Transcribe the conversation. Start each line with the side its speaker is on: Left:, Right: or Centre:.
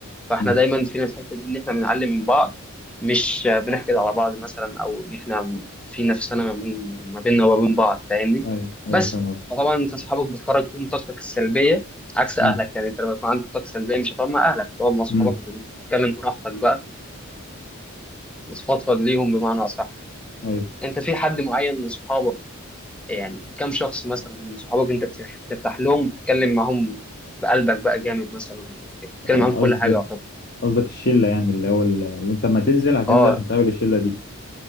Centre: فاحنا
Left: مم.
Centre: دايما فينا الحته دي ان احنا بنعلم من بعض مش بنحقد على بعض مثلا او ان احنا في نفسنا ما بين ما بيننا وما بين بعض فاهمني
Left: ايوه ايوه
Centre: بس
Left: فاهم قصدك
Centre: طبعا انت اصحابك بتخرج فيهم طاقتك السلبيه عكس
Left: مم.
Centre: اهلك يعني انت لما يكون عندك طاقه سلبيه مش هتقعد مع اهلك هتقعد مع اصحابك
Left: مم.
Centre: عشان تتكلم براحتك بقى وتفضفض ليهم بمعنى اصح
Left: ايوه
Centre: انت في حد معين من صحابك يعني كم شخص مثلا من صحابك انت بترتاح بترتاح لهم بتتكلم معاهم بقلبك بقى جامد مثلا بتتكلم
Left: يعني
Centre: معاهم في
Left: قصدك
Centre: كل حاجه طب
Left: قصدك الشلة يعني اللي هو ال- اللي انت لما تنزل هتنزل
Centre: اه
Left: عشان تقابل الشلة دي